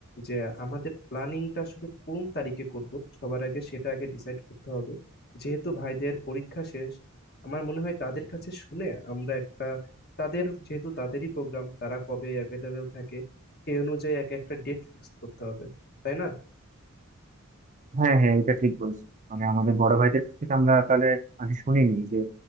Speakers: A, on the left; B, on the right.
A: যে আমাদের প্ল্যানিংটা আসলে কোন তারিখে করব সবার আগে সেটা আগে ডিসাইড করতে হবে যেহেতু ভাইদের পরীক্ষা শেষ আমার মনে হয় তাদের কাছে শুনে আমরা একটা তাদের যেহেতু তাদেরই প্রোগ্রাম তারা কবে অ্যাভেলেবেল থাকে সেই অনুযায়ী এক একটা ডেট ফিক্স করতে হবে তাই না
B: হ্যাঁ হ্যাঁ এটা ঠিক বলছো মানে আমাদের বড় ভাইদের কাছ থেকে আমরা তাহলে মানে শুনিনি যে